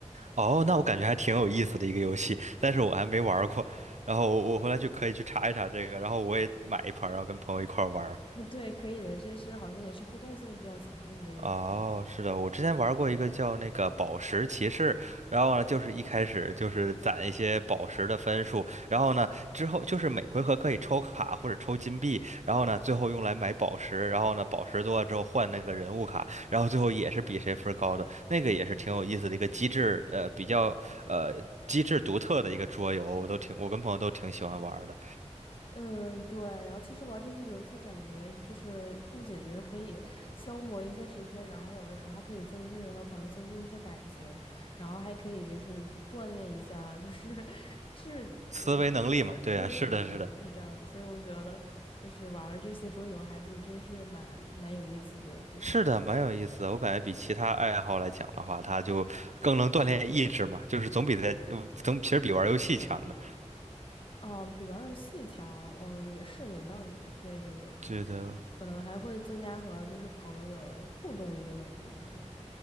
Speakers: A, on the right (about 70°); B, on the left (about 45°).
A: 哦，那我感觉还挺有意思的一个游戏，但是我还没玩儿过。然后我我回来就可以去查一查这个，然后我也买一盘儿然后跟朋友一块儿玩。
B: <laughs> 对，可以的，这是好像也是互动性比较强的一个游戏。
A: 哦，是的，我之前玩过一个叫那个宝石骑士，然后呢，就是一开始就是攒一些宝石的分数，然后呢，之后就是每回合可以抽卡或者抽金币，然后呢，最后用来买宝石，然后呢，宝石多了之后换那个人物卡，然后最后也是比谁分儿高的，那个也是挺有意思的一个机制，呃，比较呃机制独特的一个桌游，我都挺，我跟朋友都挺喜欢玩儿的，
B: 嗯，对，然后其实玩这些游戏，感觉就是不仅就是可以消磨一下时间，然后有的时候还可以增进和朋友增进一些感情，然后还可以就是锻炼一下啊，就是 <laughs> 智呃增加的睡眠，
A: 思维能力嘛，对啊，是的，
B: 对是这样子。
A: 是的。
B: 所以我觉得就是玩这些桌游还是真是蛮蛮有意思的，对。
A: 是的，蛮有意思的。我感觉比其他爱好来讲的话，它就更能锻炼意志嘛，就是总比在呃总其实比玩游戏强的。
B: 哦，比玩儿游戏强，嗯，也是有道理，对对对，
A: 觉得，
B: 可能还会增加和就是朋友的互动一个能力，就是。